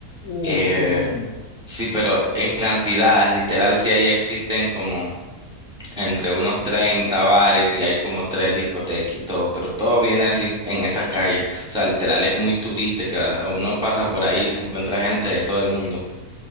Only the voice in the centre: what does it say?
eh,
sí, pero en cantidades, literal, sí ahí existen como entre unos 30 bares y hay como tres discotecas y todo, pero todo viene así en esa calle. O sea, literal, es muy turística. Uno pasa por ahí y se encuentra gente de todo el mundo.